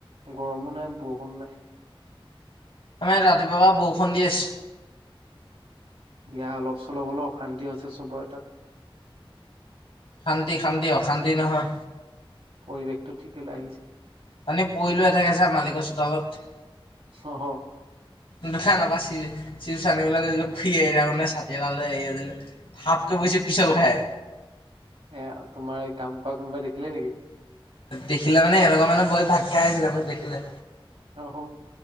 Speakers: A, on the right; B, on the left.
A: গৰমো নাই, বৰষুণো নাই।
B: আমাৰ ইয়াত ৰাতিপুৱাৰ পৰা বৰষুণ দি আছে।
A: দিয়া অলপ-চলপ হ'লেও অশান্তি হৈছে চবৰে তাত।
B: শান্তি - শান্তি, অশান্তি নহয়।
A: পৰিৱেশটো ঠিকে আহিছে।
B: পানীত পৰিলোঁ এথেকেছা মালিকৰ চোতালত।
A: হাঁ হাঁ।
B: দোকানৰ পৰা চিপচ আনিবলৈ গৈছিলোঁ ঘূৰি আহি তাৰ মানে চাতি এটা লৈ আহি আছিলোঁ থাপ কে পৰিছে পিচল খায়।
A: এ তোমাৰ এই কাম কৰা কোনোবাই দেখিলে নেকি!
B: দেখিলে মানে এনেকুৱা মানে বৌৱে ভাত খাই আছিলে মোক দেখিলে।
A: আহঁ।